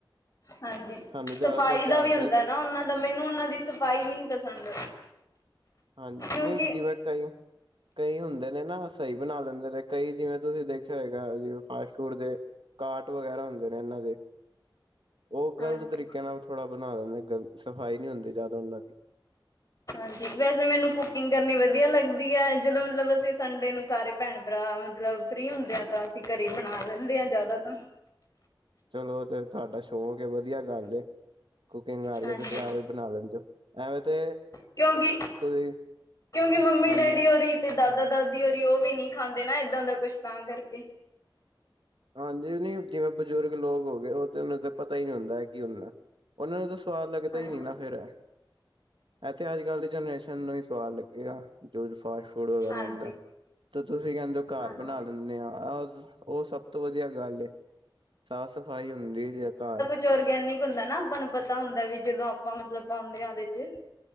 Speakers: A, on the left; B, on the right.
A: ਹਾਂਜੀ,
B: ਸਾਨੂੰ ਜ਼ਿਆਦਾਤਰ
A: ਸਫ਼ਾਈ
B: ਘਰ
A: ਦਾ ਵੀ ਹੁੰਦਾ
B: ਹੀ
A: ਨਾ ਓਨਾਂ ਦਾ ਮੈਨੂੰ ਓਨਾਂ ਦੀ ਸਫ਼ਾਈ ਨਈ ਪਸੰਦ।
B: ਹਾਂਜੀ,
A: ਕਿਉਂਕਿ
B: ਨਈ ਜਿਵੇਂ ਕਈ ਕਈ ਹੁੰਦੇ ਨੇ ਨਾ ਸਈ ਬਨਾ ਲੈਂਦੇ ਨੇ ਕਈ ਜਿਵੇਂ ਤੁਸੀਂ ਦੇਖੇਆ ਹੋਏਗਾ ਜਿਵੇਂ ਫਾਸਟ ਫੂਡ ਦੇ ਕਾਟ ਵਗੈਰਾ ਹੁੰਦੇ ਨੇ ਏਨਾਂ ਦੇ। ਓ ਗ਼ਲਤ
A: ਹਾਂਜੀ
B: ਤਰੀਕੇ ਨਾਲ ਥੋੜਾ ਬਨਾ ਦਿੰਦੇ ਨੇ ਸਫ਼ਾਈ ਨੀ ਹੁੰਦੀ ਜਾਦਾ ਓਨਾਂ ਦੀ।
A: ਹਾਂਜੀ ਵੈਸੇ ਮੈਨੂੰ ਕੁਕਿੰਗ ਕਰਨੀ ਵਦੀਆ ਲੱਗਦੀ ਐ ਜਦੋਂ ਮਤਲਬ ਅਸੀਂ ਸੰਡੇ ਨੂੰ ਸਾਰੇ ਭੈਨ ਭਰਾ ਮਤਲਬ ਫਰੀ ਹੁੰਦੇ ਆ ਤਾਂ ਅਸੀਂ ਘਰੀਂ ਬਨਾ ਲੈਂਦੇ ਆਂ ਜਾਦਾ ਤਾਂ।
B: ਚਲੋ ਤੇ ਤੁਆਡਾ ਸ਼ੌਕ ਏ ਵਦੀਆ ਗੱਲ ਏ, ਕੁਕਿੰਗ ਆ ਰਈ
A: ਹਾਂਜੀ
B: ਐ ਤੁਸੀਂ ਆਪੇ ਬਨਾ ਲੈਂਦੇ ਓ। ਐਵੇ ਤੇ
A: ਕਿਓਂਕਿ,
B: ਤੁਸੀਂ
A: ਕਿਓਂਕਿ ਮੰਮੀ
B: ਹਾਂਜੀ
A: ਡੈਡੀ ਹੋਰੀ ਤੇ ਦਾਦਾ-ਦਾਦੀ ਹੋਰੀ ਓ ਵੀ ਨੀ ਖਾਂਦੇ ਨਾ ਏਦਾਂ ਦਾ ਕੁਛ ਤਾਂ ਕਰਕੇ।
B: ਹਾਂਜੀ ਓ ਨਈ ਜਿਵੇਂ ਬਜ਼ੁਰਗ ਲੋਕ ਹੋਗੇ ਓ ਤੇ ਓਨਾ ਨੂੰ ਤੇ ਪਤਾ ਈ ਨੀ ਹੁੰਦਾ ਐ ਕੀ ਹੁੰਦਾ ਓਨਾਂ ਨੂੰ ਤਾਂ ਸਵਾਦ ਲੱਗਦਾ
A: ਹਾਂਜੀ
B: ਈ ਨੀ ਨਾ ਫਿਰ। ਐ ਤੇ ਅੱਜ-ਕੱਲ ਦੀ ਜਨਰੇਸ਼ਨ ਨੂੰ ਈ ਸਵਾਦ ਲੱਗੇਗਾ, ਜੋ ਫਾਸਟ ਫੂਡ ਵਗੈਰਾ
A: ਹਾਂਜੀ
B: ਹੁੰਦਾ। ਤੇ ਤੁਸੀਂ ਕੈਂਦੇ ਓਂ ਘਰ
A: ਹਾਂਜੀ
B: ਬਨਾ ਲਿੰਨੇ ਆਂ। ਓ ਸਬ ਤੋਂ ਵਦੀਆ ਗੱਲ ਏ, ਸਾਫ਼ ਸਫ਼ਾਈ ਹੁੰਦੀ ਜੇ ਘਰ
A: ਜੋ ਔਰਗੈਨਿਕ ਹੁੰਦਾ ਨਾ ਆਪਾਂ ਨੂੰ ਪਤਾ ਹੁੰਦਾ ਵੀ ਜਦੋਂ ਆਪਾਂ ਮਤਲਬ ਪੌਂਦੇ ਆਂ ਓਦੇ ਚ।